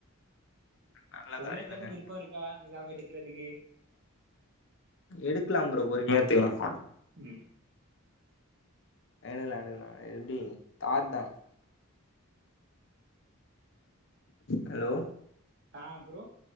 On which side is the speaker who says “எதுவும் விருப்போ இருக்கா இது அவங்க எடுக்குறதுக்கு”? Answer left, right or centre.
Right